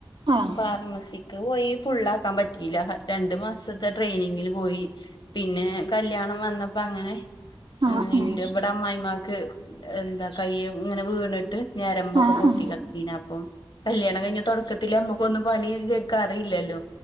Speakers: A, on the right (about 70°); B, on the left (about 65°).
A: ആഹ്
B: ഫാർമസിക്ക് പോയി ഫുള്ള ആക്കാ പറ്റില്ല രണ്ടു മാസത്തെ ട്രെയിനിങ്ങിൽ പോയി പിന്നെ കല്യാണം വന്നപ്പ അങ്ങനെ
A: ആഹ്
B: ന്റെ
A: ഉം
B: ഇവിടെ അമ്മായിമാക്ക് എന്താ കയ്യ ഇങ്ങനെ വീണിട്ട് ഞരമ്പൊക്കെ
A: ആഹ്
B: പൊട്ടി
A: ഉം
B: കേടക്കേനി അപ്പം കല്യാണം കഴിഞ്ഞ തുടക്കത്തില് നമ്മുക്കൊന്നന്ന് പണി ഷെർക്കാ അറിയില്ലല്ലോ